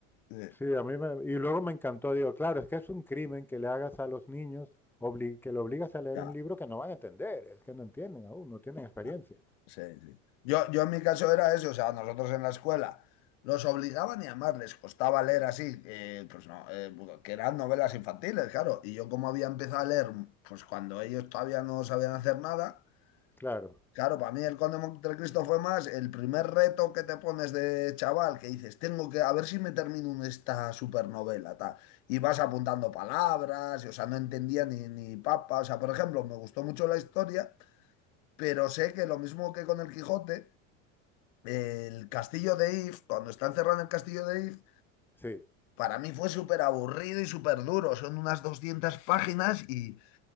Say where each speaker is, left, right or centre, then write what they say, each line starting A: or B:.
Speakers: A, on the left; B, in the centre.
A: Sí,
B: Sí, a mí me, y luego me encantó, digo, claro, es que es un crimen que le hagas a los niños, obli- que le obligas a leer
A: claro.
B: un libro que no van a entender, es que no entienden aún, no tienen experiencia.
A: Bueno, Sí, sí. Yo, yo en mi caso era eso, o sea, nosotros en la escuela los obligaban y además les costaba leer así, eh, pues no, eh, que eran novelas infantiles, claro, y yo como había empezado a leer, pues cuando ellos todavía no sabían hacer nada,
B: Claro,
A: claro, para mí el Conde de Montecristo fue más el primer reto que te pones de chaval, que dices, tengo que, a ver si me termino un- esta supernovela, tal, y vas apuntando palabras, y, o sea, no entendía ni, ni papa, o sea, por ejemplo, me gustó mucho la historia pero sé que lo mismo que con el Quijote, el castillo de If, cuando está encerrado en el castillo de If,
B: sí,
A: para mí fue súper aburrido y súper duro. Son unas 200 páginas y,